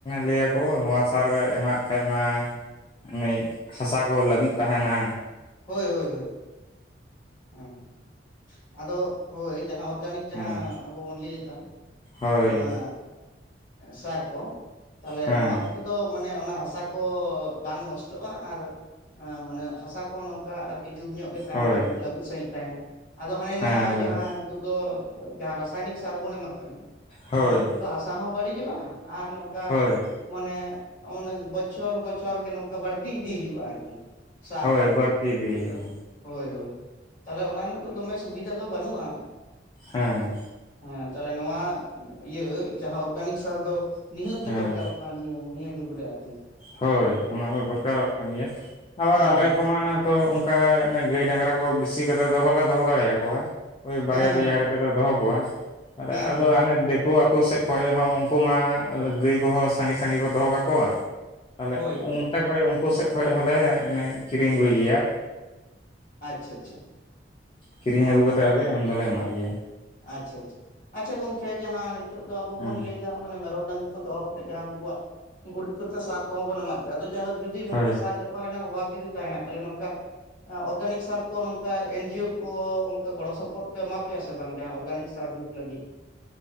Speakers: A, on the left (about 30°); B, on the left (about 50°).
A: ᱞᱟᱹᱭᱟᱠᱚ ᱱᱚᱣᱟ ᱥᱟᱨ ᱨᱮ ᱮᱢᱟᱜ ᱠᱷᱟᱡ ᱢᱟ᱾ ᱚᱱᱮ ᱦᱟᱥᱟ ᱠᱚ ᱞᱟᱹᱵᱤᱫ ᱛᱟᱦᱮᱱᱟ᱾
B: ᱦᱳᱭ ᱦᱳᱭ ᱦᱳ ᱦᱚᱸ ᱟᱫᱚ ᱦᱳᱭ ᱡᱟᱦᱟᱸ ᱚᱨᱜᱟᱱᱤᱠ ᱡᱟᱦᱟᱸ
A: ᱦᱮᱸ
B: ᱟᱵᱚ ᱵᱚᱱ ᱞᱟᱹᱭᱫᱟ
A: ᱦᱳᱭ
B: ᱱᱚᱣᱟ ᱥᱟᱨ ᱠᱚ ᱛᱟᱦᱚᱞᱮ
A: ᱦᱮᱸ
B: ᱱᱚᱣᱟ ᱠᱚᱛᱮ᱾ ᱫᱚ ᱢᱟᱱᱮ ᱚᱱᱟ ᱦᱟᱥᱟ ᱠᱚ ᱵᱟᱝ ᱱᱚᱥᱴᱚᱜᱼᱟ ᱟᱨ ᱢᱟᱱᱮ ᱦᱟᱥᱟ ᱠᱚ ᱱᱚᱝᱠᱟ ᱡᱩᱛ ᱧᱚᱜ ᱜᱮ ᱛᱟᱦᱮᱱᱟ
A: ᱦᱳᱭ
B: ᱞᱟᱹᱵᱤᱫ ᱥᱟᱺᱦᱤᱡ ᱛᱟᱦᱮᱱᱟ ᱟᱫᱚ ᱦᱟᱱᱮ ᱱᱟ
A: ᱦᱮᱸ ᱞᱟᱹᱭ
B: ᱡᱟᱦᱟᱸ ᱫᱚ ᱡᱟᱦᱟᱸ ᱨᱟᱥᱟᱭᱱᱤᱠ ᱥᱟᱨ ᱵᱚᱱ ᱮᱢᱟᱜ ᱠᱟᱱᱟ
A: ᱦᱳᱭ
B: ᱛᱚ ᱚᱱᱟ ᱠᱚᱛᱮ ᱫᱚ ᱦᱟᱸ ᱦᱟᱥᱟ ᱦᱚᱸ ᱵᱟᱹᱲᱤᱡᱚᱜᱼᱟ ᱟᱨ ᱱᱚᱝᱠᱟ᱾
A: ᱦᱳᱭ
B: ᱢᱟᱱᱮ ᱚᱱᱮ ᱵᱚᱪᱷᱚᱨ ᱵᱚᱪᱷᱚᱨ ᱜᱮ ᱱᱚᱝᱠᱟ ᱵᱟᱹᱲᱛᱤ ᱤᱫᱤ ᱦᱩᱭᱩᱜᱼᱟ ᱟᱨᱠᱤ᱾ ᱥᱟᱨ
A: ᱦᱳᱭ
B: ᱠᱚ
A: ᱵᱟᱹᱲᱛᱤ ᱤᱫᱤᱭ ᱦᱩᱭᱩᱜᱼᱟ᱾
B: ᱦᱳᱭ ᱦᱳᱭ ᱛᱟᱦᱚᱞᱮ ᱚᱱᱟ ᱨᱮᱱᱟᱜ ᱫᱚ ᱫᱚᱢᱮ ᱥᱩᱵᱤᱫᱷᱟ ᱫᱚ ᱵᱟᱹᱱᱩᱜᱼᱟ᱾
A: ᱦᱮᱸ᱾
B: ᱦᱮᱸ ᱛᱟᱦᱚᱞᱮ ᱱᱚᱣᱟ ᱤᱭᱟᱹ ᱡᱟᱦᱟᱸ ᱚᱨᱜᱟᱱᱤᱠ ᱥᱟᱨ ᱫᱚ ᱱᱤᱦᱟᱹᱛ
A: ᱦᱮᱸ
B: ᱜᱮ ᱫᱚᱨᱠᱟᱨᱚᱜ ᱱᱤᱭᱟᱹ ᱱᱤᱭᱟᱹ ᱡᱩᱜᱽ ᱨᱮ ᱟᱨᱠᱤ᱾
A: ᱦᱳᱭ ᱚᱱᱟᱫᱚ ᱫᱚᱨᱠᱟᱨᱚᱜ ᱠᱟᱱ ᱜᱮᱭᱟ ᱟᱵᱟᱨ
B: ᱦᱮᱸ
A: ᱟᱞᱮ
B: ᱦᱮᱸ
A: ᱠᱚᱢᱟ ᱛᱚ ᱚᱱᱠᱟ ᱚᱱᱮ ᱜᱟᱹᱭ ᱰᱟᱝᱜᱽᱨᱟ ᱠᱚ ᱵᱤᱥᱤ ᱠᱟᱛᱮᱫ ᱫᱚ ᱵᱟᱞᱮ ᱫᱚᱦᱚ ᱫᱟᱲᱮᱭᱟᱠᱚᱣᱟ ᱳᱭ ᱵᱟᱨᱭᱟ
B: ᱦᱮᱸ ᱦᱮᱸ
A: ᱯᱮᱭᱟ
B: ᱦᱮᱸ
A: ᱠᱟᱛᱮ᱾ ᱟᱞᱮ ᱫᱚᱦᱚ ᱠᱚᱣᱟ ᱟ
B: ᱦᱮᱸ
A: ᱟᱫᱚ
B: ᱦᱮᱸ ᱦᱮᱸ
A: ᱦᱟᱱᱮ ᱫᱤᱠᱩ ᱟᱛᱳ ᱥᱮᱫ ᱠᱷᱚᱱᱚᱡ ᱦᱚᱸ ᱩᱱᱠᱩ ᱢᱟ ᱜᱟᱹᱭ ᱠᱚᱦᱚᱸ ᱥᱟᱸᱜᱮ ᱥᱟᱸᱜᱮ ᱠᱚ ᱫᱚᱦᱚ ᱠᱟᱠᱚᱣᱟ᱾ ᱛᱟᱦᱞᱮ
B: ᱦᱳᱭ ᱦᱳᱭ
A: ᱚᱱᱛᱮ ᱠᱷᱚᱡ ᱩᱱᱠᱩ ᱥᱮᱫ ᱠᱷᱚᱱᱚᱡ ᱦᱚᱸᱞᱮ ᱠᱤᱨᱤᱧ ᱟᱹᱜᱩᱭ ᱜᱮᱭᱟ᱾
B: ᱟᱪᱪᱷᱟ ᱟᱪᱪᱷᱟ
A: ᱠᱤᱨᱤᱧ
B: ᱦᱮᱸ
A: ᱟᱹᱜᱩ
B: ᱦᱮᱸ
A: ᱠᱟᱛᱮ ᱦᱚᱸᱞᱮ ᱮᱢ ᱫᱚᱞᱮ ᱮᱢᱟᱜ ᱜᱮᱭᱟ᱾
B: ᱟᱪᱪᱷᱟ ᱟᱷᱟ ᱟᱪᱪᱷᱟ ᱜᱚᱝᱠᱮ ᱡᱟᱦᱟᱸ ᱱᱤᱛᱚᱜ ᱫᱚ ᱟᱵᱚ
A: ᱦᱮᱸ
B: ᱵᱚᱱ ᱞᱟᱹᱭ ᱢᱟᱱᱮ‌ ᱢᱮᱨᱚᱢ ᱰᱟᱝᱨᱤ ᱠᱚ ᱫᱚᱦᱚ ᱠᱟᱛᱮ ᱡᱟᱦᱟᱸ ᱩᱱᱠᱩᱣᱟᱜ ᱜᱩᱨᱤᱡ ᱠᱚᱛᱮ ᱥᱟᱨ ᱠᱚᱦᱚᱸ ᱵᱚᱱ ᱮᱢᱟᱜ ᱜᱮᱭᱟ ᱟᱫᱚ ᱡᱟ ᱦᱳᱠ᱾ ᱡᱩᱫᱤ ᱱᱚᱝᱠᱟ
A: ᱦᱳᱭ
B: ᱥᱟᱨ ᱪᱟᱯᱟ ᱨᱮᱱᱟᱜ ᱚᱵᱷᱟᱵᱽ ᱡᱩᱫᱤ ᱛᱟᱦᱮᱱᱟ ᱛᱟᱦᱚᱞᱮ ᱱᱚᱝᱠᱟ ᱚᱨᱜᱟᱱᱤᱠ ᱥᱟᱨ ᱠᱚ ᱱᱚᱝᱠᱟ ᱮᱱᱡᱤᱭ ᱳ ᱠᱚ ᱚᱱᱠᱟ ᱜᱚᱲᱚ ᱥᱚᱯᱚᱦᱚᱫ ᱠᱚ ᱮᱢᱟ ᱯᱮᱭᱟ ᱥᱮ ᱵᱟᱝ? ᱵᱟᱝᱜ ᱚᱨᱜᱟᱱᱤᱠ ᱥᱟᱨ ᱡᱩᱛ ᱞᱟᱹᱜᱤᱫ᱾